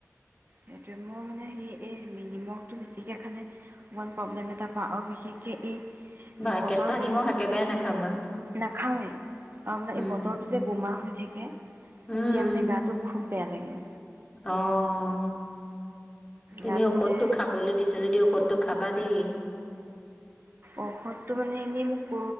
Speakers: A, on the right; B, on the left.
A: সেইটোৱে, মই মানে হেৰি এই নিমখটো বেছিকে খালে মই প্ৰব্লেম এটা পাওঁ, আৰু বিশেষকে এই
B: বা
A: বতৰটো,
B: কেঁচা নিমখ একেবাৰে নাখাবা
A: নাখাওঁৱে, আৰু মানে
B: উম
A: এই বতৰটো যে গোমা হৈ থাকে,
B: উম
A: তেতিয়া
B: উম
A: গাটো খুব বেয়া লাগে।
B: অ' তুমি
A: গাটো
B: ঔষধটো
A: মানে
B: খাবলৈ দিছে যদি ঔষধ তো খাবা দেই।
A: ঔষধটো মানে এনেই মোক